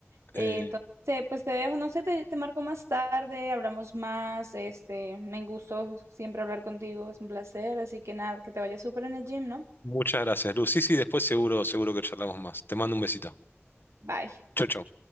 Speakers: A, on the right (about 80°); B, on the left (about 50°).
A: Eh,
B: Eh,
A: entonces, eh, pues te dejo, no sé, te, te marco más tarde, hablamos más, este, me gustó siempre hablar contigo, es un placer, así que nada, que te vaya súper en el gym, ¿no?
B: muchas gracias, Luz. Sí, sí, después seguro, seguro que charlamos más. Te mando un besito.
A: Bye.
B: Chau, chau.